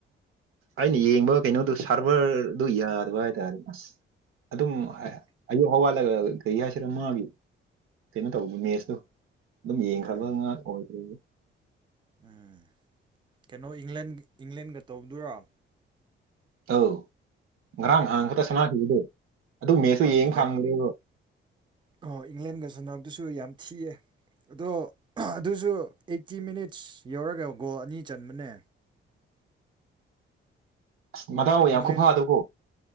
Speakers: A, on the right (about 85°); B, on the right (about 20°).
A: ꯑꯩꯅ ꯌꯦꯡꯕ ꯀꯩꯅꯣꯗꯨ ꯁꯥꯔꯚꯔꯗꯨ ꯌꯥꯗꯕ ꯍꯥꯏꯇꯥꯔꯦ ꯑꯁ ꯑꯗꯨꯝ
B: ꯑꯣ
A: ꯍꯥꯏ ꯑꯌꯨꯛ ꯍꯧꯋꯥꯠꯂꯒ ꯀꯔꯤ ꯍꯥꯏꯁꯤꯔ ꯃꯥꯒꯤ ꯀꯩꯅꯣ ꯇꯧꯕ ꯃꯦꯁꯇꯨ ꯗꯨꯝ ꯌꯦꯡꯈ꯭ꯔꯕꯅꯦ
B: ꯎꯝ
A: ꯉꯥꯛ ꯑꯣꯏꯗ꯭ꯔꯗꯤ
B: ꯎꯝ ꯀꯩꯅꯣ ꯏꯪꯂꯟ ꯏꯪꯂꯦꯟꯒ ꯇꯧꯗꯨꯔꯥ
A: ꯇꯣ ꯉꯔꯥꯡ
B: ꯑꯣ
A: ꯉꯍꯥꯡ ꯈꯛꯇ ꯁꯥꯟꯅꯈꯤꯕꯗꯣ ꯑꯗꯨ ꯃꯦꯁꯇꯨ ꯌꯦꯡ
B: ꯏꯪꯂꯦꯟ
A: ꯐꯪꯕꯗ꯭ꯔꯦꯕ
B: ꯍꯣꯏ ꯏꯪꯂꯦꯟꯒ ꯁꯥꯟꯅꯕꯗꯨꯁꯨ ꯌꯥꯝ ꯊꯤꯌꯦ ꯑꯗꯣ ꯑꯗꯨꯖꯨ ꯑꯦꯠꯇꯤ ꯃꯤꯅꯤꯠꯁ ꯌꯧꯔꯒ ꯒꯣꯜ ꯑꯅꯤ ꯆꯟꯕꯅꯦ
A: ꯑꯁ ꯃꯗꯥꯎ
B: ꯏꯪꯂꯦꯟ
A: ꯌꯥꯝ ꯈꯨꯐꯥꯗꯣꯀꯣ